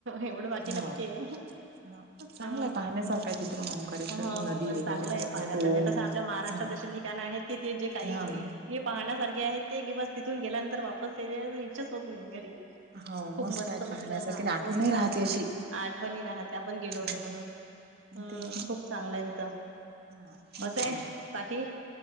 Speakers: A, on the right; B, on the right.
A: एवढं बाकी नक्कीय,
B: हो. हा चांगलंय
A: हां
B: पाहण्यासारखं आहे तिथं पण ओंकारेश्वर
A: हां हां.
B: नदी वगैरे
A: चांगलंय
B: मस्त
A: पाहण्यासारखं
B: तो
A: तसं आपल्या महाराष्ट्रात
B: हा
A: अशी ठिकाण आहेत की ते जे काही
B: हा
A: इतके पाहण्यासारखे आहे ते की बस तिथून गेल्यानंतर वापस येण्याच् इच्छाच होत नई घरी.
B: हो
A: खूप मस्त
B: आहे पाहण्यासाठी
A: मस्त हा
B: आणि आठवणही
A: खूप छान
B: राहते अशी
A: आठवणी राहत्या आपण गेलो
B: हा
A: होतो म्हणून. हम्म
B: तेच
A: खूप चांगलंय तिथं.
B: ना हा मस्त
A: असंय
B: आहे
A: बाकी